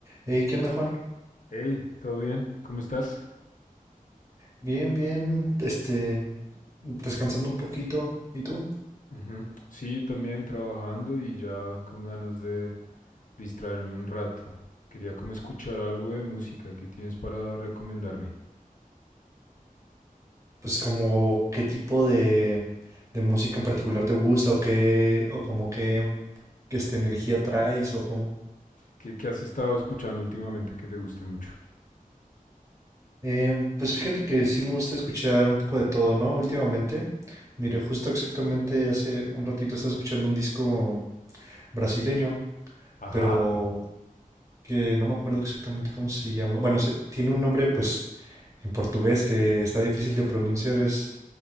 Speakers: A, on the right; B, on the left.
A: Hey, ¿qué onda, Juan?
B: Hey, ¿todo bien? ¿Cómo estás?
A: Bien, bien, este, descansando un poquito. ¿Y tú?
B: Ujú. Sí, también trabajando y ya con ganas de distraerme un rato. Quería como escuchar algo de música que tienes para recomendarme.
A: Pues como qué tipo de, de música en particular te gusta o qué, o como qué, qué esta energía traes o cómo.
B: ¿Qué, qué has estado escuchando últimamente que te guste mucho?
A: Eh, pues fíjate que sí me gusta escuchar un poco de todo, ¿no? Últimamente, mire, justo exactamente hace un ratito estaba escuchando un disco brasileño,
B: Ajá,
A: pero que no me acuerdo exactamente cómo se llama. Bueno, se- tiene un nombre pues en portugués que está difícil de pronunciar, es...